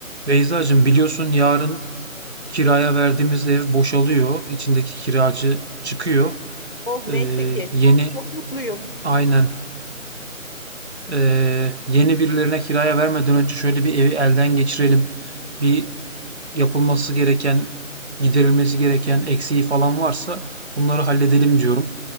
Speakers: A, on the right (about 55°); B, on the left (about 40°).
A: Beyzacığım biliyorsun yarın kiraya verdiğimiz ev boşalıyor. İçindeki kiracı çıkıyor.
B: Oh neyse
A: Ee,
B: ki.
A: yeni
B: Çok mutluyum.
A: aynen ee, yeni birilerine kiraya vermeden önce şöyle bir evi elden geçirelim. Bir yapılması gereken, giderilmesi gereken eksiği falan varsa bunları halledelim diyorum.